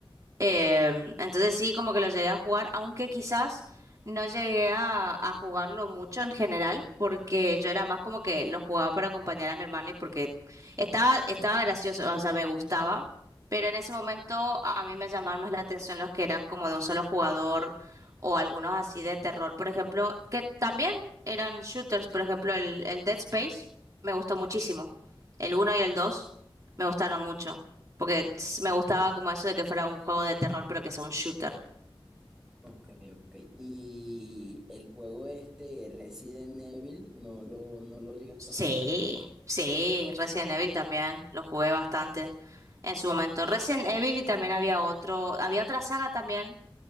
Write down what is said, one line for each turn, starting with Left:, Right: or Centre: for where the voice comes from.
Right: Eh, entonces sí, como que lo llegué a jugar, aunque quizás no llegué a, a jugarlo mucho en general, porque yo era más como que lo jugaba para acompañar a mi hermano y porque estaba, estaba gracioso, o sea, me gustaba, pero en ese momento a mí me llamaban más la atención los que eran como de un solo jugador o algunos así de terror, por ejemplo, que también eran shooters, por ejemplo, el, el Dead Space me gustó muchísimo, el uno y el 2 me gustaron mucho. Porque s- me gustaba como eso de que fuera un juego de terror, pero que sea un shooter.
Centre: Ok, ok. ¿Y el juego este, Resident Evil, no lo, no lo llegaste
Right: Sí,
Centre: a jugar?
Right: sí, Resident Evil también, lo jugué bastante en su momento. Resident Evil y también había otro, había otra saga también